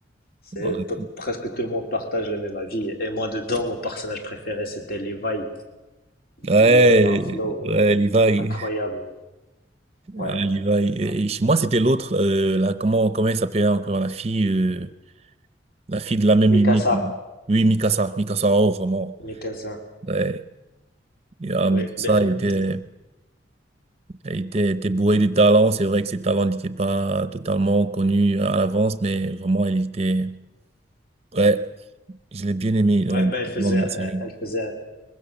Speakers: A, on the left (about 50°); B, on the right (about 35°).
A: c'est
B: Ouais,
A: p- presque tout le monde partage le même avis. Et moi, dedans, mon personnage préféré, c'était Levi.
B: ouais,
A: Il, avait un flow
B: ouais,
A: euh,
B: Levi.
A: incroyable. Ouais.
B: Ah, Levi. Et, et chez moi, c'était l'autre, euh, là, comment, comment elle s'appelait encore, la fille, euh, la fille de la même
A: Mikasa.
B: lignée. qui- Oui, Mikasa, Mikasa, oh, vraiment.
A: Mikasa.
B: Ouais, Et, ah,
A: Ouais.
B: Mikasa
A: Ben, hum,
B: était, était, était bourré de talent. C'est vrai que ses talents n'étaient pas totalement connus à l'avance, mais vraiment, il était, ouais, je l'ai bien aimé,
A: ouais,
B: euh,
A: ben, elle faisait,
B: dans la série.
A: elle faisait